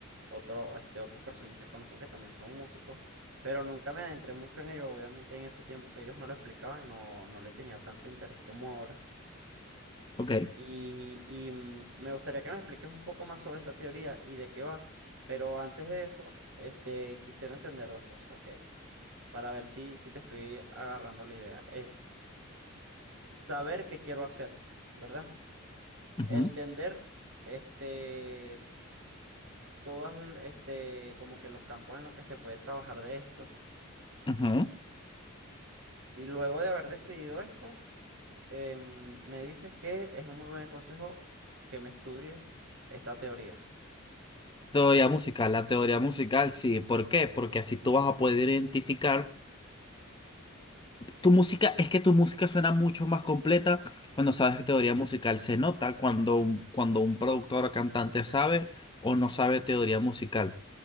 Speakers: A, on the right; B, on the left.
A: otro, este, otras personas que conozco que también son músicos, pero nunca me adentré mucho en ello. Obviamente en ese tiempo que ellos me lo explicaban, no, no le tenía tanto interés como ahora.
B: Ok.
A: Y, y, mm, me gustaría que me expliques un poco más sobre esta teoría y de qué va, pero antes de eso, este, quisiera entender dos cosas, ¿ok? Para ver si, si te estoy agarrando la idea. Es saber qué quiero hacer, ¿verdad?
B: Ujú,
A: Entender, este, todas, l- este, como que los campos en los que se puede trabajar de esto.
B: ujú.
A: Y luego de haber decidido esto, em, me dices que es un muy buen consejo que me estudie esta teoría.
B: Teoría musical, la teoría musical, sí. ¿Por qué? Porque así tú vas a poder identificar. Tu música, es que tu música suena mucho más completa cuando sabes teoría musical. Se nota cuando, un- cuando un productor o cantante sabe o no sabe teoría musical.